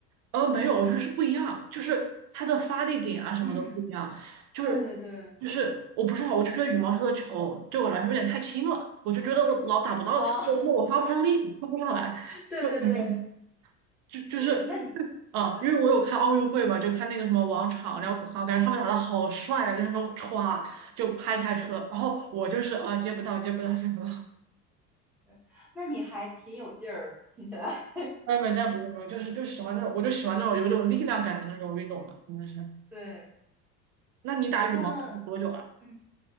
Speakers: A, on the right (about 40°); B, in the centre.
A: 呃没有，我觉得是不一样，就是它的发力点啊什么的不一样，
B: 嗯，
A: 就是
B: 对对对，
A: 就是我不知道，我就觉得羽毛球的球对我来说有点太轻了，我就觉得我老打不到它，
B: 啊，<laughs>
A: 我我发不上力，发不上来，
B: 对对对
A: 就没有。就就是
B: 对，那你
A: 啊，
B: 对，
A: 因为我有看奥运会嘛，就看那个什么王昶、
B: 嗯
A: 廖永康，感觉他们打的好帅啊，就是那种歘就拍下去了。
B: 嗯，
A: 然后我就是啊，接不到，接不到，接不到。
B: 对，那你还挺有劲儿的，听起来。<laughs>
A: 哎，没那没有没有，就是就喜欢那种，我就喜欢那种有种力量感的那种运动嘛，可能是。
B: 对，
A: 那你打羽毛球多久了？
B: 那嗯，